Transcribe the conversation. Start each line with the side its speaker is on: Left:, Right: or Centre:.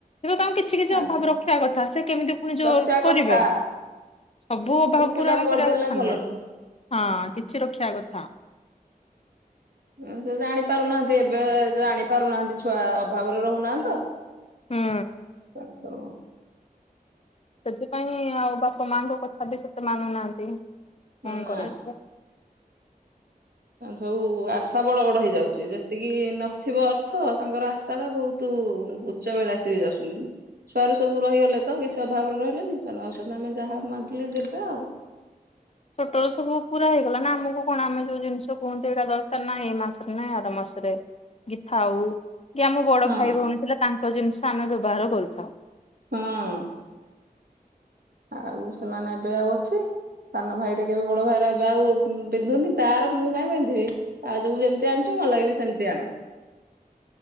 Left: କି ତାଙ୍କୁ କିଛି କିଛି
Right: ଆଜି
Left: ଅଭାବ ରଖିବା କଥା ସେ କେମିତି ପୁଣି ଯୋଉ
Right: ରଖିବା କଥା
Left: କରିବେ ସବୁ ଅଭାବ
Right: ଫିଲପ
Left: ପୂୁରଣ
Right: କରିଦେଲେ
Left: କରିବା କଥା
Right: ଭଲ
Left: ନୁହେ
Right: ନୁହଁ।
Left: କିଛି ରଖିବା କଥା।
Right: ହୁଁ ସେ ଜାଣି ପାରୁନାହାନ୍ତି ଏବେ ଜାଣିପାରୁନାହାନ୍ତି ଛୁଆ ଅଭାବରେ ରହୁନାହାନ୍ତି ତ
Left: ହୁଁ
Right: ହ।
Left: ସେଥିପାଇଁ ଆଉ ବାପା ମାଙ୍କ କଥା ବି ସେତେ ମାନୁନାହାନ୍ତି କଣ
Right: ନା
Left: କରାଯ
Right: ସବୁ ଆଶା ବଡ ବଡ ହେଇଯାଉଛି ଯେତିକି ନଥିବ ଅର୍ଥ ତାଙ୍କର ଆଶା ଟା ବହୁତ ତୁ ଉଚ୍ଚ ବେଳା ଆସିକି ଯାଉଛୁନି ଛୁଆରୁ ସବୁ ରହିଗଲେ ତ କିଛି ଅଭାବରେ ରହିଲେନି। ନ ଔଷଧ ଆମେ ଯାହା ମାଗିଲେ ଦେବେ ଆଉ।
Left: ଛୋଟ ସବୁ ପୁରା ହେଇଗଲା ନା ଆମକୁ କଣ ଆମେ ଯୋଉ ଜିନିଷ କୁହନ୍ତିୁ ଏଇଟା ଦରକାର ନା ଏଇ ମାସରେ ନାାଇଁ ଆର ମାସରେ। କି ଥାଉ। କି ଆମ ବଡ
Right: ହଁ
Left: ଭାଇ ଭଉଣୀ ଥିଲା ତାଙ୍କ ଜିନିଷ ଆମେ ବ୍ୟବହାର କରିଥାଉ।
Right: ହଁ। ଆଉ ସେମାନେ ଏବେ ଆଉ ଅଛି। ସାନ ଭାଇଟା କେବେ ବଡ ଭାଇର ଏବେ ଆଉ ପିନ୍ଧୁନି ତାର ମୁଁ କାଇଁ ପିନ୍ଧିବି। ଆଜକୁ ଯେମିତି ଆଣିଛ ମଲ ଲାଗି ସେମିତି ଆଣ।